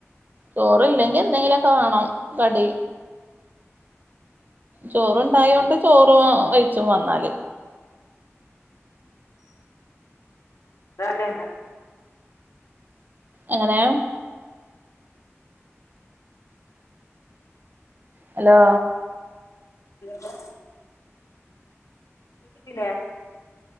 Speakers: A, on the right; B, on the left.
A: ചോറില്ലെങ്കി എന്തെങ്കിലൊക്കെ വാണം കടി ചോറ്ണ്ടായോണ്ട് ചോറ് വൈയ്ച്ചും വന്നാല്.
B: തന്നെ?
A: എങ്ങനെ? ഹലോ
B: ലോ ഹലോ കേക്കിണ്ട്ല്ലേ